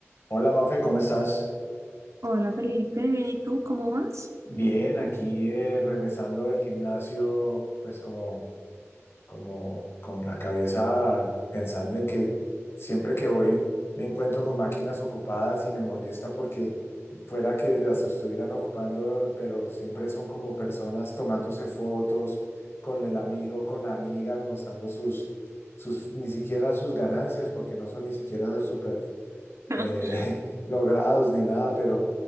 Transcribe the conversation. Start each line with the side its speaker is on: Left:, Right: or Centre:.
Left: Hola Mafe, ¿cómo estás?
Right: Hola Felipe, bien, ¿y tú cómo vas?
Left: Bien, aquí eh, regresando del gimnasio, pues como, como con la cabeza pensando en que siempre que voy me encuentro con máquinas ocupadas y me molesta porque fuera que las estuvieran ocupando, pero siempre son como personas tomándose fotos con el amigo, con la amiga, mostrando sus, sus, ni siquiera sus ganancias, porque no son ni siquiera super
Right: <laughs>
Left: eh, <laughs> logrados ni nada, pero,